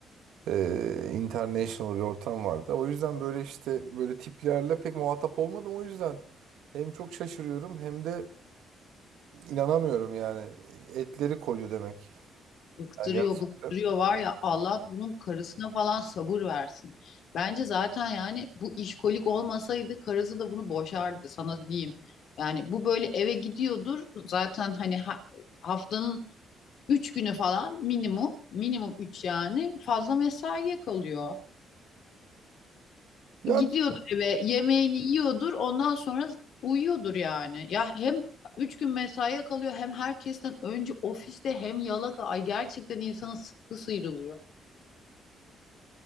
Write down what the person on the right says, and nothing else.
e, international bir ortam vardı. O yüzden böyle işte böyle tiplerle pek muhatap olmadım. O yüzden hem çok şaşırıyorum hem de inanamıyorum yani. Etleri koydu demek.
Yani gerçekten.
Ya